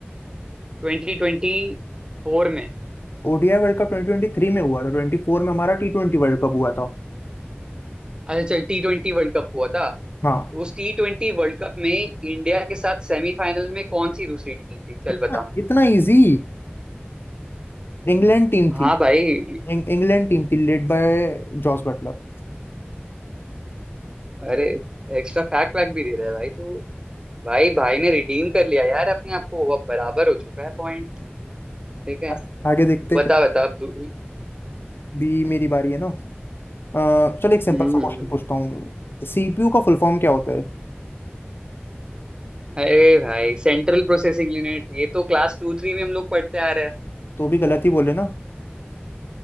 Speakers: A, on the right; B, on the left.
A: ट्वेंटी ट्वेंटी फोर में
B: ODI world cup twenty twenty three में हुआ था ट्वेंटी फोर में हमारा टी ट्वेंटी वर्ल्ड कप हुआ था
A: अच्छा चल टी ट्वेंटी वर्ल्ड कप हुआ था
B: हाँ
A: उस टी ट्वेंटी वर्ल्ड कप में इंडिया के साथ सेमीफाइनल में कौन सी दूसरी टीम थी चल
B: इतना
A: बता
B: इतना इजी इंग्लैंड टीम
A: हाँ
B: थी
A: भाई
B: इंग- इंग्लैंड टीम थी लेड बाय जॉस बटलर
A: अरे एक्स्ट्रा फैक्ट वैक्ट भी दे रहा है भाई तो भाई भाई ने रिडीम कर लिया यार अपने आप को वो अब बराबर हो चुका है पॉइंट ठीक है
B: आ- आगे देखते
A: बता
B: हैं क्या
A: बता अब दू-
B: भी मेरी बारी है ना अ, चलो एक सिंपल
A: हम्म हम्म,
B: सा क्वेश्चन
A: हम्म।
B: पूछता हूँ सीपीयू का फुल फॉर्म क्या होता है
A: अरे भाई सेंट्रल प्रोसेसिंग यूनिट ये तो क्लास टू थ्री में हम लोग पढ़ते आ रहे हैं
B: तो भी गलत ही बोले ना